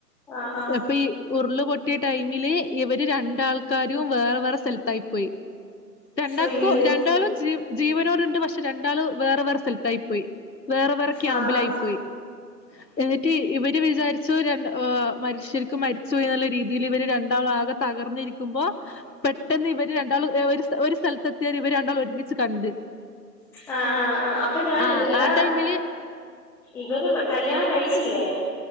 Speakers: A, in the centre; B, on the left.
A: ആഹ് ആഹ്
B: അപ്പൊ ഈ ഉരുള പൊട്ടി യ ടൈമില് ഇവര് രണ്ടാൾക്കാരും, വേറെ വേറെ സ്ഥലത്തായി പോയി. രണ്ടാക്കും
A: അയ്യോ
B: രണ്ടാളും ജീ ജീവനോടുണ്ട്. പക്ഷെ രണ്ടാള് വേറെ വേറെ സ്ഥലത്തായി പോയി. വേറെ വേറെ ക്യാമ്പിലായി
A: ആഹ് ആഹ്
B: പോയി. എന്നിട്ട് ഇവര് വിചാരിച്ചു, രണ്ട മരിശ് ശെരിക്കു മരിച്ചു എന്നുള്ള രീതി ഇവര് രണ്ടാള ആകെ തകർന്നിരിക്കുമ്പോ, പെട്ടെന്ന് ഇവര് രണ്ടാള് ഒര ഒരു സ്ഥലത്തെ എത്തിയര് ഇവര് രണ്ടാള് ഒരുമിച്ച് കണ്ട്.
A: ആ ആ ആ അപ്പൊ ഞാൻ
B: ആ
A: എടാ
B: ആ ടൈമില്
A: ഇവര് കല്ല്യാണം കഴിച്ചില്ലേ?